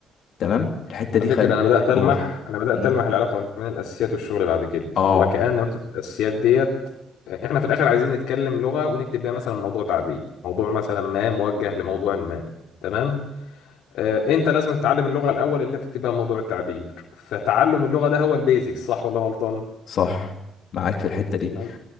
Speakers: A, on the left; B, on the left.
A: تمام الحتة
B: على
A: دي
B: فكرة
A: خل
B: أنا بدأت
A: قول
B: ألمح أنا بدأت
A: مم.
B: ألمح العلاقة بين الأساسيات والشغل بعد كده
A: اه
B: وكأن مثلا الأساسيات ديت إحنا في الآخر عايزين نتكلم لغة ونكتب بيها مثلا موضوع تعبير موضوع مثلا ما موجه لموضوع ما تمام آه، أنت لازم تتعلم اللغة الأول اللي أنت تكتب بيها موضوع التعبير فتعلم اللغة ده هو البيزكس صح ولا أنا غلطان؟
A: صح معاك في الحتة دي
B: تمام